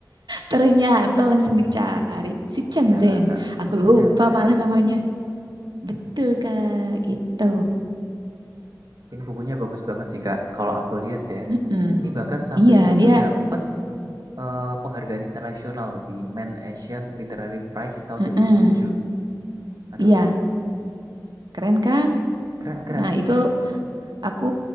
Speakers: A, on the right; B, on the right.
A: Ternyata langsung dicari si Chen
B: Iyalah,
A: Zhen.
B: Kak.
A: Aku
B: Hmm,
A: lupa
B: Jansen.
A: malah namanya. Betul Kak, gitu.
B: Ini bukunya bagus banget sih, Kak. Kalau aku lihat ya.
A: Mm-mm.
B: Ini bahkan sampai
A: Iya,
B: dia
A: dia
B: tuh dapet eh, penghargaan internasional di Man Asian Literary Prize tahun
A: mm-mm.
B: 2007. Aduh,
A: Iya, keren kan?
B: keren-keren.
A: Nah, itu aku